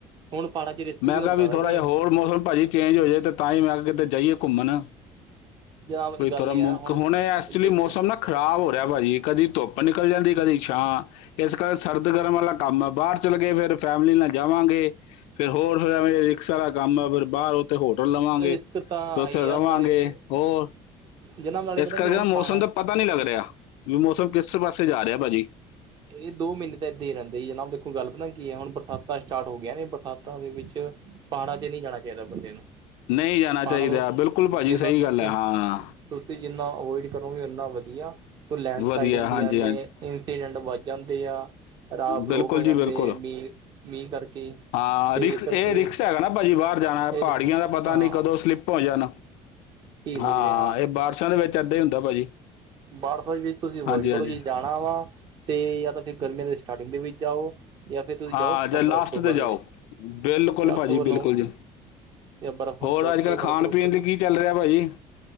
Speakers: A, on the right; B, on the left.
A: ਹੁਣ ਪਹਾੜਾਂ 'ਚ ਰਿਸਕ
B: ਮੈਂ
A: ਹੁੰਦਾ
B: ਕਿਹਾ ਵੀ
A: ਨਾ
B: ਥੋੜ੍ਹਾ
A: ਜੀ
B: ਜਿਹਾ ਹੋਰ ਮੌਸਮ ਭਾਜੀ ਚੇਂਜ ਜਾਏ ਤੇ ਤਾਂ ਹੀ ਮੈਂ ਕਿਹਾ ਕਿਤੇ ਜਾਈਏ ਘੁੰਮਣ
A: ਜਾਂ ਇਹ
B: ਕੋਈ
A: ਗੱਲ
B: ਥੋੜ੍ਹਾ
A: ਇਹ
B: ਮੁ
A: ਹੈ ਨਾ
B: ਹੁਣ ਐਕਚੁਲੀ
A: ਦੇਖੋ
B: ਮੌਸਮ ਨਾ। ਖ਼ਰਾਬ ਹੋ ਰਿਹਾ ਭਾਜੀ। ਕਦੀ ਧੁੱਪ ਨਿਕਲ ਜਾਂਦੀ ਕਦੀ ਛਾਂ। ਇਸ ਕਰਕੇ ਸਰਦ ਗਰਮ ਵਾਲਾ ਕੰਮ ਆ ਬਾਹਰ ਚਲੇ ਗ ਫਿਰ ਫੈਮਲੀ ਨਾਲ ਜਾਵਾਂਗੇ। ਫਿਰ ਹੋਰ ਫਿਰ ਐਵੇਂ ਰਿਸਕ ਦਾ ਕੰਮ ਆ ਫਿਰ ਬਾਹਰ ਉੱਥੇ ਹੋਟਲ ਲਵਾਂਗੇ--ਫਿਰ
A: ਰਿਸਕ ਤਾਂ
B: ਉੱਥੇ
A: ਹੈ ਹੀ
B: ਰਵਾਂਗੇ
A: ਆ ਨਾਲੇ
B: ਹੋਰ।
A: ਜਨਾਬ ਨਾਲੇ
B: ਇਸ
A: ਪਤਾ
B: ਕਰਕੇ
A: ਕੀ ਹੁਣ
B: ਨਾ ਮੌਸਮ
A: ਪਹਾੜਾ
B: ਦਾ ਪਤਾ ਨਹੀਂ ਲੱਗ ਰਿਹਾ ਵੀ ਮੌਸਮ ਕਿਸ ਪਾਸੇ ਜਾ ਰਿਹਾ ਭਾਜੀ
A: ਇਹ ਦੋ ਮਹੀਨੇ ਤਾਂ ਏਦਾਂ ਹੀ ਰਹਿੰਦੇ ਜਨਾਬ ਦੇਖੋ ਗੱਲ ਪਤਾ ਕੀ ਹੈ ਹੁਣ ਬਰਸਾਤਾਂ ਸਟਾਰਟ ਹੋ ਗਈਆਂ ਨੇ ਬਰਸਾਤਾਂ ਦੇ ਵਿੱਚ ਪਹਾੜਾਂ ਤੇ ਨਹੀਂ ਜਾਣਾ ਚਾਹੀਦਾ ਬੰਦੇ ਨੂੰ।
B: ਨਹੀਂ ਜਾਣਾ
A: ਪਹਾੜਾਂ
B: ਚਾਹੀਦਾ
A: ਤੋਂ
B: ਬਿਲਕੁਲ ਭਾਜੀ
A: ਜਿੰਨਾ
B: ਸਹੀ ਗੱਲ
A: ਤੁਸੀਂ
B: ਹੈ ਹਾਂ।
A: ਤੁਸੀਂ ਜਿੰਨਾ ਅਵੋਇਡ ਕਰੋਗੇ ਉਓਨਾ ਵਧੀਆ ਲੈਂਡਸਲਾਈਡ
B: ਵਧੀਆ
A: ਹੁੰਦੀਆਂ
B: ਹਾਂਜੀ
A: ਨੇ।
B: ਹਾਂਜੀ
A: ਐਕਸੀਡੈਂਟ ਵੱਧ ਜਾਂਦੇ ਆ ਰਾਹ ਬਲੋਕ
B: ਬਿਲਕੁਲ
A: ਹੋ ਜਾਂਦੇ
B: ਜੀ ਬਿਲਕੁਲ
A: ਆ ਮੀਂਹ -ਮੀਂਹ ਕਰਕੇ
B: ਹਾਂ
A: ਤੇ
B: ਰਿਕਸ
A: ਇਸ ਕਰਕੇ
B: ਏ ਰਿਕਸ ਹੈਗਾ ਨਾ ਭਾਜੀ ਬਾਰ ਜਾਣਾ,
A: ਫਿਰ
B: ਪਹਾੜੀਆਂ ਦਾ ਪਤਾ
A: ਹਾਂ
B: ਨੀ ਕਦੋਂ ਸਲਿੱਪ ਹੋ ਜਾਣ।
A: ਠੀਕ
B: ਹਾਂ
A: ਹੋ ਜਾਵੇ
B: ਏ ਬਾਰਸ਼ਾਂ ਦੇ ਵਿੱਚ ਏਦਾਂ ਈ ਹੁੰਦਾ ਭਾਜੀ।
A: ਬਾਰਫ ਵਿੱਚ ਤੁਸੀਂ ਅਵੋਇਡ
B: ਹਾਂਜੀ
A: ਕਰੋ,
B: ਹਾਂਜੀ
A: ਜੇ ਜਾਣਾ ਵਾ ਤੇ ਜਾਂ ਤਾਂ ਫਿਰ ਗਰਮੀਆਂ ਦੇ ਸਟਾਰਟਿੰਗ ਦੇ ਵਿੱਚ ਜਾਓ ਜਾਂ ਫਿਰ ਤੁਸੀਂ
B: ਹਾਂ
A: ਜਾਓ ਸਤੰਬਰ-ਅਕਤੂਬਰ
B: ਜਾਂ ਲਾਸਟ ਤੇ ਜਾਓ
A: ਦੇ ਵਿੱਚ
B: ਬਿਲਕੁਲ
A: ਜਾਂ
B: ਭਾਜੀ
A: ਅਕਤੂਬਰ ਨੂੰ
B: ਬਿਲਕੁਲ ਜੀ
A: ਯਾ ਬਰਫ਼, ਬਰਫ਼
B: ਹੋਰ ਅੱਜ
A: ਜੇ
B: ਕੱਲ੍ਹ
A: ਬਰਫ਼
B: ਖਾਣ
A: ਬੁਰਫ਼
B: ਪੀਣ
A: ਦੇਖਣੀ
B: ਲਈ ਕੀ ਚੱਲ ਰਿਹਾ ਭਾਜੀ